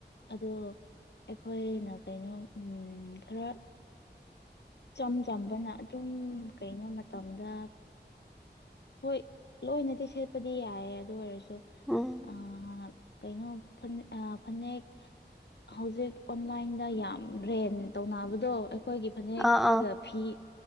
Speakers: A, on the left (about 70°); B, in the centre.
A: ꯑꯗꯣ ꯑꯩꯈꯣꯏꯅ ꯀꯩꯅꯣ ꯈꯔ ꯏꯆꯝ ꯆꯝꯕꯅ ꯑꯗꯨꯝ ꯀꯩꯅꯣ ꯃꯇꯝꯗ ꯍꯣꯏ ꯂꯣꯏꯅꯗꯤ ꯁꯦꯠꯄꯗꯤ ꯌꯥꯏꯑꯦ ꯑꯗꯨ ꯑꯣꯏꯔꯁꯨ
B: ꯎꯝ
A: ꯑꯥ ꯀꯩꯅꯣ ꯐꯅꯦ ꯑꯥ ꯐꯅꯦꯛ ꯍꯧꯖꯤꯛ ꯑꯣꯟꯂꯥꯏꯟꯗ ꯌꯥꯝ ꯔꯦꯟ ꯇꯧꯅꯕꯗꯣ ꯑꯩꯈꯣꯏꯒꯤ ꯐꯅꯦꯛꯒ
B: ꯑꯥ ꯑꯥ
A: ꯐꯤ